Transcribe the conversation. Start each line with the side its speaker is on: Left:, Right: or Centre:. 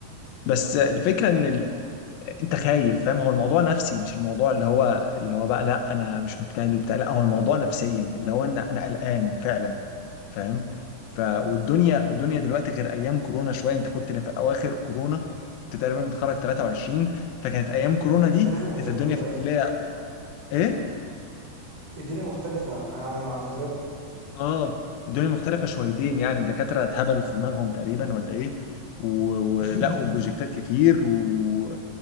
Left: بس الفكره ان انت خايف فاهم هو الموضوع نفسي مش الموضوع اللي هو اللي هو بقى لا انا مش مجتهد وبتاع لا هو الموضوع نفسيا اللي هو ان انا قلقان فعلا فاهم ف والدنيا الدنيا دلوقتي غير ايام كورونا شويه انت كنت في اواخر كورونا كنت تقريبا متخرج 23 فكانت ايام كورونا دي
Right: الدنيا هنا مختلفه
Left: كانت الدنيا
Right: دلوقتي
Left: في الكليه ايه
Right: الدنيا مختلفه عن عن عن فترتنا
Left: اه الدنيا مختلفه شويتين يعني الدكاتره اتهبلوا في دماغهم تقريبا ولا ايه و- ولقوا
Right: <laughs>
Left: بروجكتات كتير و...